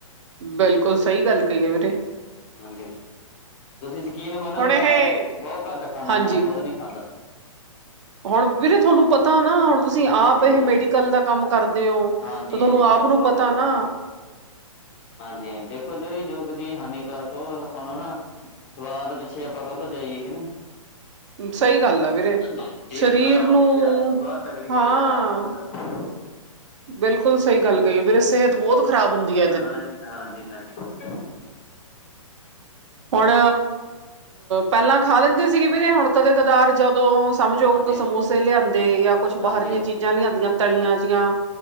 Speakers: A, on the right (about 60°); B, on the left (about 20°).
A: ਬਿਲਕੁਲ ਸਈ ਗੱਲ ਕਈ ਐ ਵੀਰੇ।
B: ਹਾਂਜੀ, ਤੁਸੀਂ ਯਕੀਨ ਨੀ ਮੰਨਨਾ
A: ਹੁਣ ਇਹ
B: ਮੈਂ ਬੌਤ ਘੱਟ ਖਾਨਾ
A: ਹਾਂਜੀ
B: ਮੈਂ ਖੁਦ ਨੀ ਖਾਂਦਾ।
A: ਹੁਣ ਵੀਰੇ, ਤੁਆਨੂੰ ਪਤਾ ਨਾ ਹੁਨ ਤੁਸੀਂ
B: ਹਾਂਜੀ
A: ਆਪ ਹੀ ਮੈਡੀਕਲ ਦਾ ਕੰਮ ਕਰਦੇ ਓ
B: ਹਾਂਜੀ
A: ਤੋ, ਤੁਆਨੂੰ
B: ਹਾਂਜੀ ਬਿਲਕੁਲ
A: ਆਪ ਨੂੰ ਪਤਾ
B: ਬਿਲਕੁਲ
A: ਨਾ
B: ਹਾਂਜੀ- ਹਾਂਜੀ, ਦੇਖੋ ਜੇੜੀ ਜੋ ਜੀ, ਹਾਨੀਕਾਰਕ ਓ ਆਪਾਂ ਨੂੰ ਨਾ ਸਵਾਦ ਪਿੱਛੇ ਆਪਾਂ ਕਾਹਤੋਂ ਜਾਈਏ, ਕਿ ਨਈਂ।
A: <inaudible> ਸਈ ਗੱਲ ਐ ਵੀਰੇ
B: ਹਾਂਜੀ ਸਿਹਤ
A: ਸਰੀਰ
B: ਖ਼ਰਾਬ
A: ਨੂੰ,
B: ਹੁੰਦੀ ਆ ਉਸ ਤੋਂ ਬਾਅਦ ਤਕਲੀਫ਼
A: ਹਾਂ
B: ਝੱਲਾਂਗੇ ਕੀ ਫਾਇਦਾ
A: ਬਿਲਕੁਲ ਸਈ ਗੱਲ ਕਈ ਏ ਵੀਰੇ ਮੇਰੀ ਸੇਹਤ ਬੌਤ ਖਰਾਬ ਹੁੰਦੀ ਐ।
B: ਹਨਾ ਜੀ, ਹਾਂਜੀ -ਹਾਂਜੀ, ਹਾਂਜੀ।
A: ਹੁਨ ਪੈਲਾਂ ਖਾ ਲੈਂਦੇ ਸੀਗੇ ਵੀਰੇ ਹੁਨ ਕਦੇ ਕਦਾਰ ਜਦੋਂ ਸਮਝੋ
B: ਹਾਂਜੀ ਹਾਂਜੀ
A: ਸਮੋਸੇ ਲਿਆਂਦੇ ਯਾ ਕੁਛ
B: ਹਾਂਜੀ
A: ਬਾਹਰ ਦੀਆਂ ਚੀਜਾਂ ਲਿਆਂਦੀਆਂ ਤਲੀਆਂ ਜੀਆਂ